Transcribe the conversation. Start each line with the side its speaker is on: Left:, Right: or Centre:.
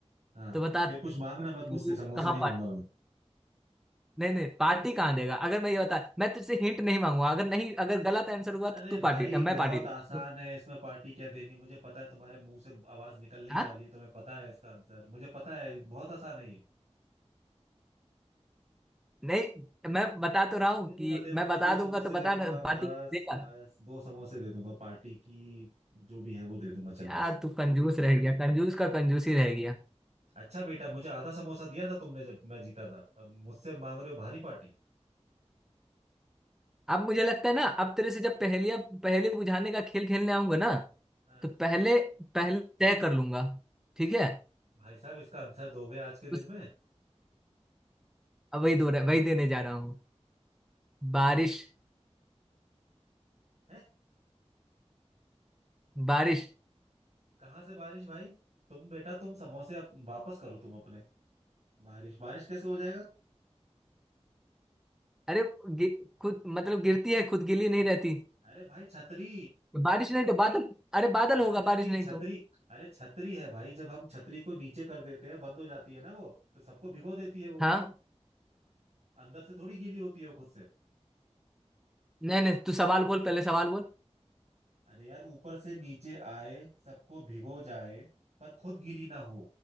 Right: हाँ।
Centre: तो बता
Right: फिर कुछ मांगना
Centre: तू
Right: मत मुझसे समोसे
Centre: कहाँ
Right: नहीं दूंगा
Centre: पा नहीं नहीं पार्टी कहाँ देगा अगर मैं ये बता मैं तुझसे हिंट नहीं मांगूंगा अगर नहीं अगर गलत आंसर हुआ
Right: अरे
Centre: तो तू
Right: भाई
Centre: पार्टी
Right: बहुत
Centre: मैं पार्टी दूंगा
Right: आसान
Centre: तू-
Right: है इसमें पार्टी क्या देनी मुझे पता है तुम्हारे मुंह से आवाज निकलने ही
Centre: हाँ
Right: वाली है तुम्हें पता है इसका आंसर मुझे पता है बहुत आसान है ये
Centre: नहीं मैं बता तो
Right: अरे
Centre: रहा हूँ
Right: दे दूंगा
Centre: कि
Right: दे दूंगा
Centre: मैं बता
Right: दो समोसे
Centre: दूंगा तो बता
Right: दे दूंगा
Centre: ना पार्टी
Right: बस
Centre: देगा
Right: बस दो समोसे दे दूंगा पार्टी की जो भी है वो दे दूंगा चल
Centre: यार
Right: बस
Centre: तू कंजूस रह गया कंजूस का कंजूस ही रह गया
Right: अच्छा बेटा मुझे आधा समोसा दिया था तुमने जब मैं जीता था अब मुझसे मांग रहे हो भारी पार्टी
Centre: अब मुझे लगता है ना अब तेरे से जब पहेलियां पहेली बुझाने का खेल खेलने आऊंगा ना
Right: हाँ
Centre: तो पहले पहले तय कर लूंगा ठीक है
Right: भाई साहब इसका आंसर दोगे आज के दिन
Centre: उस
Right: में
Centre: अब वही दो वही देने जा रहा हूँ बारिश
Right: है
Centre: बारिश
Right: कहाँ से बारिश भाई तुम बेटा तुम समोसे अप- वापस करो तुम अपने बारिश बारिश कैसे हो जाएगा
Centre: अरे गि- खुद मतलब गिरती है खुद गीली नहीं रहती
Right: अरे भाई छतरी
Centre: बारिश नहीं तो बादल अरे बादल
Right: बारिश
Centre: होगा
Right: नहीं
Centre: बारिश नहीं
Right: छतरी
Centre: तो
Right: अरे छतरी है भाई जब हम छतरी को नीचे कर देते हैं बंद हो जाती है ना वो तो सबको भिगो देती है वो
Centre: हाँ
Right: अंदर से थोड़ी गीली होती है वो खुद से
Centre: नहीं नहीं तू सवाल बोल पहले सवाल बोल
Right: अरे यार ऊपर से नीचे आए सबको भिगो जाए पर खुद गीली ना हो